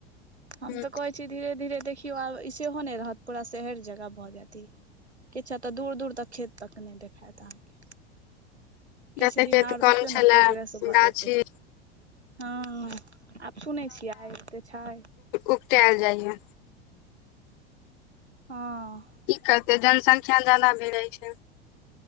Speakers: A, on the right; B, on the left.
A: हम
B: हूं
A: तऽ कह धीरे धीरे देखियौ आब ई सेहो नहि रहत पूरा शहर जेका भऽ जैत इ। किछा तऽ दूर दूर तक खेत तक नहि देखायत अहाँके। किछु
B: जते
A: दिन
B: खेत
A: आर
B: कम
A: देखियौ
B: छले
A: ने प्रोग्रेस भऽ
B: गाछी
A: जेतै हँ। आब सुनै छियै एते छै।
B: उपटाल जाइया।
A: हँ।
B: की करते जनसंख्या ज्यादा भेल जाय छै।